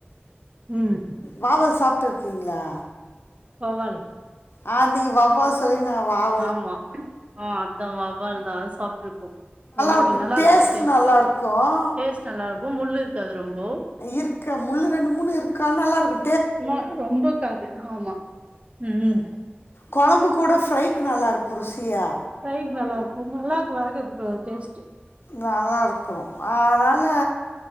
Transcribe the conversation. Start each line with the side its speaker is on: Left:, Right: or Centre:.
Right: ம்
Left: வாவல் சாப்பிட்டு இருக்கீங்களா
Right: வவ்வால்
Left: ஆ நீங்க வவ்வாள் சொல்றீங்க நா வாவ
Right: ஆமா ஆ அதா வவ்வாள்தா அது சாப்ட்டு இருக்கோ வவ்வாள்
Left: இருக்கும்
Right: மீனு நல்லா
Left: டேஸ்ட்
Right: இருக்கு அது டேஸ்ட்டு
Left: நல்லா இருக்கும்
Right: டேஸ்ட் நல்லா இருக்கு முள்ளு இருக்காது ரொம்போ
Left: இருக்கு முள்ளு ரெண்டு மூணு இருக்கு ஆனா நல்லா இருக்கு
Right: சும்மா ரொம்ப இக்காது ஆமா ம்
Left: கொழம்பு கூட ஃப்ரைக்கு நல்லாயிருக்கு ருசியா
Right: ஃப்ரைக்கு நல்லா இருக்கு நல்லா இருக்கு வறக்கறதுக்கு டேஸ்ட்டு
Left: நல்லா இருக்கு அதனால